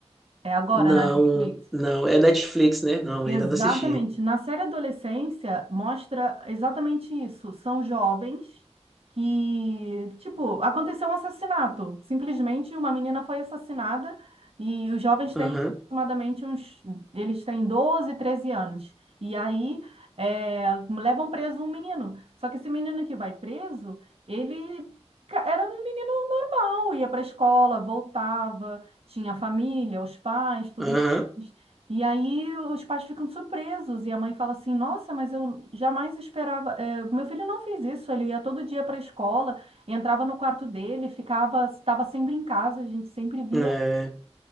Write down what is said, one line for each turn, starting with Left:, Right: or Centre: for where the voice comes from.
Right: É agora
Centre: Não,
Right: na Netflix?
Centre: não. É Netflix, né? Não,
Right: Exatamente.
Centre: ainda não assisti.
Right: Na série Adolescência, mostra exatamente isso. São jovens que, tipo, aconteceu um assassinato. Simplesmente uma menina foi assassinada e os jovens têm
Centre: Aham,
Right: aproximadamente uns. Eles têm 12 13 anos. E aí é, levam preso um menino. Só que esse menino que vai preso, ele ca- era um menino normal, ia para a escola, voltava, tinha família, os pais, tudo
Centre: aham.
Right: mais. E aí os pais ficam surpresos e a mãe fala assim: Nossa, mas eu jamais esperava. eh, meu filho não fez isso. Ele ia todo dia para a escola, entrava no quarto dele, ficava, estava sempre em casa. A gente sempre via.
Centre: É,